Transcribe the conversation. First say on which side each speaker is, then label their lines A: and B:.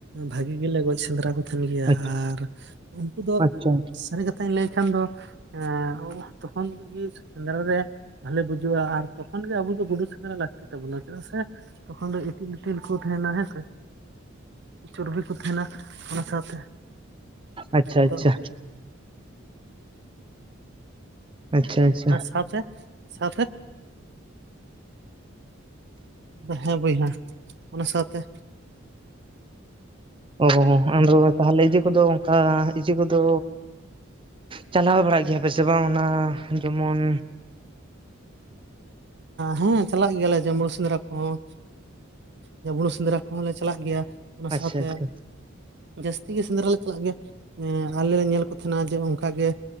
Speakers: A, on the right; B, on the right.
A: ᱵᱷᱟᱜᱤ ᱜᱮᱞᱮ ᱜᱚᱡ ᱥᱮᱸᱫᱽᱨᱟ ᱠᱚ ᱛᱟᱦᱮᱱ ᱜᱮᱭᱟ
B: ᱟᱪᱪᱷᱟ
A: ᱟᱨ ᱩᱱᱠᱩ ᱫᱚ
B: ᱟᱪᱪᱷᱟ
A: ᱥᱟᱹᱨᱤ ᱠᱟᱛᱷᱟᱧ ᱞᱟᱹᱭ ᱠᱷᱟᱱ ᱫᱚ ᱮᱸ ᱛᱚᱠᱷᱚᱱ ᱨᱮᱜᱤ ᱥᱮᱸᱫᱽᱨᱟ ᱨᱮ ᱵᱷᱟᱞᱮ ᱵᱩᱡᱩᱜᱼᱟ ᱟᱨ ᱛᱚᱠᱷᱚᱱ ᱜᱮ ᱟᱵᱚ ᱫᱚ ᱜᱩᱰᱩ ᱥᱮᱸᱫᱽᱨᱟ ᱞᱟᱜ ᱛᱤᱥ ᱛᱟᱵᱚᱱᱟ ᱪᱮᱫᱟᱜ ᱥᱮ ᱛᱚᱠᱷᱚᱱ ᱫᱚ ᱤᱛᱤᱞ ᱤᱛᱤᱞ ᱠᱚ ᱛᱟᱦᱮᱱᱟ ᱦᱮᱸ ᱥᱮ ᱾ ᱪᱚᱨᱵᱤ ᱠᱚ ᱛᱟᱦᱮᱱᱟ ᱚᱱᱟ ᱥᱟᱶᱛᱮ
B: ᱟᱪᱪᱷᱟ,
A: ᱟᱫᱚ
B: ᱟᱪᱪᱷᱟ ᱾ ᱟᱪᱪᱷᱟ, ᱟᱪᱪᱷᱟ
A: ᱟᱨ ᱥᱟᱶᱛᱮ ᱥᱟᱶᱛᱮ ᱦᱮᱸ ᱵᱚᱭᱦᱟ ᱚᱱᱟ ᱥᱟᱶᱛᱮ
B: ᱚ ᱟᱫᱚ ᱛᱟᱦᱞᱮ ᱤᱭᱟᱹ ᱠᱚᱫᱚ ᱚᱱᱠᱟ ᱤᱭᱟᱹ ᱠᱚᱫᱚ ᱪᱟᱞᱟᱣ ᱵᱟᱲᱟᱜ ᱜᱮᱭᱟ ᱯᱮ ᱥᱮ ᱵᱟᱝ ᱚᱱᱟ ᱡᱮᱢᱚᱱ
A: ᱦᱮᱸ ᱪᱟᱞᱟᱜ ᱜᱮᱭᱟ ᱞᱮ ᱡᱮ ᱡᱟᱢᱩᱲᱩ ᱥᱮᱸᱫᱽᱨᱟ ᱠᱚᱦᱚᱸ ᱡᱟᱢᱩᱲᱩ ᱥᱮᱸᱫᱽᱨᱟ ᱠᱚᱦᱚᱸ ᱞᱮ ᱪᱟᱞᱟᱜ ᱜᱮᱭᱟ᱾ ᱚᱱᱟ
B: ᱟᱪᱪᱷᱟ
A: ᱥᱟᱶᱛᱮ
B: ᱟᱪᱪᱷᱟ
A: ᱡᱟᱹᱥᱛᱤ ᱜᱮ ᱥᱮᱸᱫᱽᱨᱟ ᱞᱮ ᱪᱟᱞᱟᱜ ᱜᱮᱭᱟ᱾ ᱮ ᱟᱞᱮ ᱞᱮ ᱧᱮᱞ ᱠᱚ ᱛᱟᱦᱮᱸᱱᱟ ᱡᱮ ᱚᱱᱠᱟ ᱜᱮ